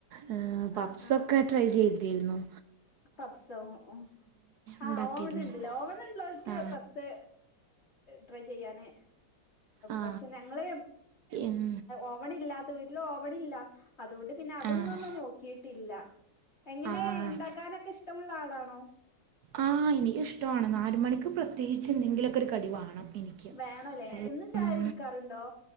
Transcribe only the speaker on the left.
ആഹ് ആഹ്
പപ്സോ ഉം ആഹ്
ഓവനുണ്ട് ല്ലേ ഓവൻ ഉള്ളോർക്ക്
പപ്സ്സ് ട്രൈ ചെയ്യാന്
പക്ഷേ ഞങ്ങള്
ഓവൻ ഇല്ലാത്ത വീട്ടില് ഓ ഇവെടില്ല അതുകൊണ്ട് പിന്നെ അതൊന്നും
ഒന്ന് നോക്കീട്ടില്ല. എങ്ങനെ
ഇണ്ടാ ഇഷ്ടമുള്ള ആളാണോ?
വേണല്ലേ എന്നും ചായ
കുടിക്കാറുണ്ടോ